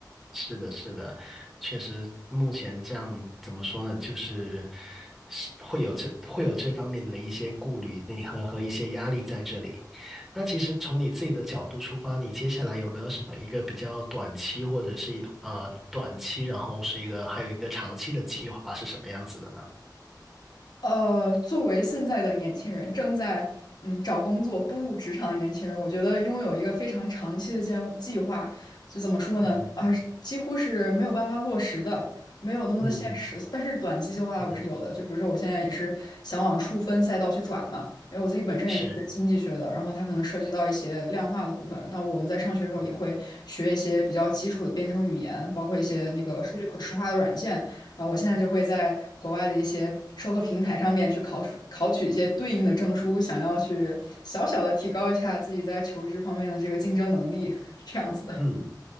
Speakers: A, in the centre; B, on the left (about 65°).
A: 是的，是的，确实，目前这样怎么说呢，就是是会有这会有这方面的一些顾虑、内核和一些压力在这里。那其实从你自己的角度出发，你接下来有没有什么一个比较短期，或者是呃短期，然后是一个还有一个长期的计划是什么样子的呢？
B: 呃，作为现在的年轻人，正在嗯找工作、步入职场的年轻人，我觉得拥有一个非常长期的计计划，就怎么说呢？
A: 嗯
B: 啊，几乎是没有办法落实的，没有那么的现实。
A: 嗯
B: 但是短期计划我是有的，
A: 嗯，
B: 就比如说我现在也是想往数分赛道去转嘛，因为我自己本身也是学经济学的，
A: 是，
B: 然后它可能涉及到一些量化的部分。但我们在上学的时候也会学一些比较基础的编程语言，
A: 嗯
B: 包括一些那个数据可视化的软件。然后我现在就会在国外的一些授课平台上面去考取考取一些对应的证书，想要去小小的提高一下自己在求职方面的这个竞争能力，<laughs> 这样子的。
A: 嗯。